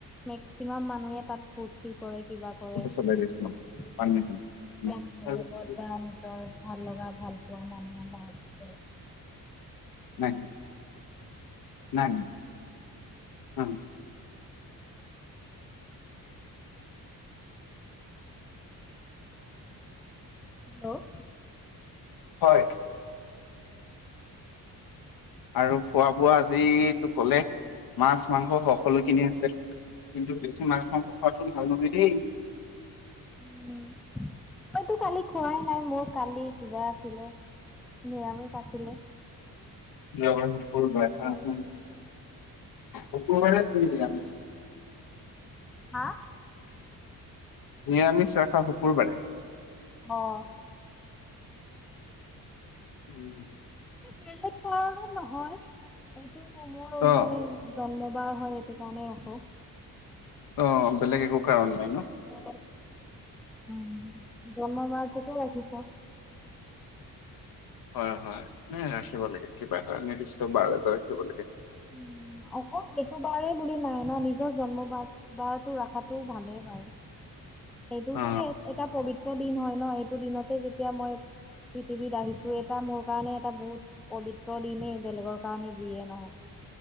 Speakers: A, in the centre; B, on the left.
A: মেক্সিমাম মানুহে তাত ফূৰ্তি কৰে কিবা কৰে
B: চলাই দি আছো
A: <unintelligible>
B: ন।
A: ভাল লগা ভাল পোৱা মানুহৰ লগত
B: <inaudible> নাই নাই নাই নাই অ
A: হেল্ল'
B: হয়। আৰু খোৱা বোৱা আজো ক'লে মাছ মাংস সকলোখিনি আছে কিন্তু বেছি মাছ মাংস খোৱা টো ভাল নহয় দেই
A: উম মইতো কালি খোৱাই নাই মোৰ কালি কিবা আছিলে নিয়মেই কতিিলে
B: <unintelligible> অ অকবাৰে দ য
A: হা,
B: নিৰামিষ ৰখা শুকুৰবাৰে
A: আহ,
B: উম।
A: বেলেগ কাৰণ নহয় এইটো মোৰ
B: অ
A: মানে জন্ম বাৰ হয় সেইটো কাৰণে ৰাখো
B: অ বেলেগ একো কাৰণ নাই ন
A: অ উ, জন্ম মটো বাৰ টোকে
B: হয় হয় ন ৰাখিব লাগে কিবা এটা নিৰ্দিষ্ট বাৰ এটা ৰাখিব লাগে
A: উম অকল এইটো বাৰেই বুলি নাই ন নিজৰ জন্ম বাৰ বটো ৰখাতটো ভালেই ব
B: <unintelligible>
A: এইটোতো
B: অ
A: এটা পবিত্ৰ দিন হয় ন এইটো দিনতে যেতিয়া মই পৃথিৱীত আহিছো এটা মোৰ কাৰণে এটা বহুত পবিত্ৰ দিনেই বেলেগৰ কাৰণে যিয়ে নহয়